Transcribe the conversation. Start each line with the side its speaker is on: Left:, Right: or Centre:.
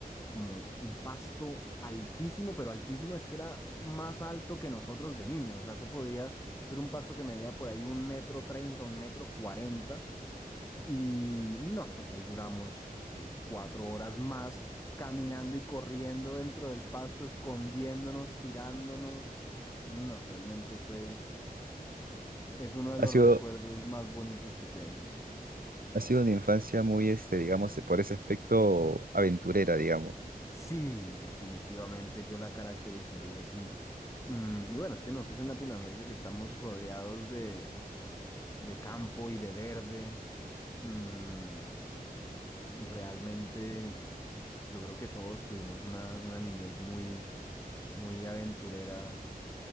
Left: como un pasto altísimo, pero altísimo es que era más alto que nosotros de niños. O sea, eso podía ser un pasto que medía por ahí un metro treinta, un metro cuarenta. Y no, pues ahí duramos. que cuatro horas más caminando y corriendo dentro del pasto, escondiéndonos, tirándonos. No, realmente fue es uno de
Right: Ha
Left: los
Right: sido,
Left: recuerdos más bonitos que tengo.
Right: ha sido una infancia muy, este, digamos, por ese aspecto aventurera, digamos.
Left: Sí, definitivamente yo la caracterizaría así. Mm, y bueno, es que nosotros en Latinoamérica que estamos rodeados de, de campo y de verde, mm, realmente yo creo que todos tuvimos una, una niñez muy, muy aventurera